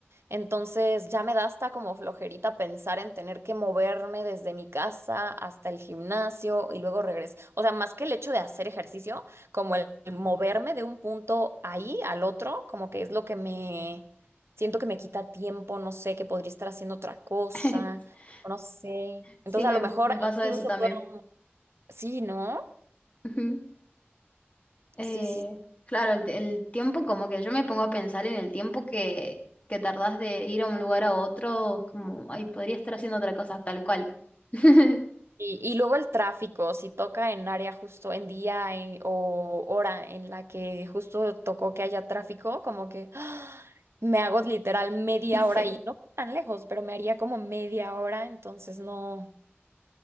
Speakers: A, on the right; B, on the left.
A: entonces ya me da hasta como flojerita pensar en tener que moverme desde mi casa hasta el gimnasio y luego regresar. O sea, más que el hecho de hacer ejercicio, como el el moverme de un punto ahí al otro, como que es lo que me siento que me quita tiempo, no sé, que podría estar haciendo otra cosa,
B: <laughs>
A: no sé.
B: Sí,
A: Entonces
B: me,
A: a lo mejor
B: me pasa
A: incluso
B: eso también.
A: puedo... Sí, ¿no?
B: Ujú. Eh,
A: Sí, sí,
B: claro, el, el tiempo, como que yo me pongo a pensar en el tiempo que, que tardás de ir a un lugar a otro, es como, ay, podría estar haciendo otra cosa, tal cual. <laughs>
A: Y, y luego el tráfico, si toca en área justo en día en- o hora en la que justo tocó que haya tráfico, como que ¡ah! me hago literal media
B: Sí.
A: hora y no tan lejos, pero me haría como media hora, entonces no,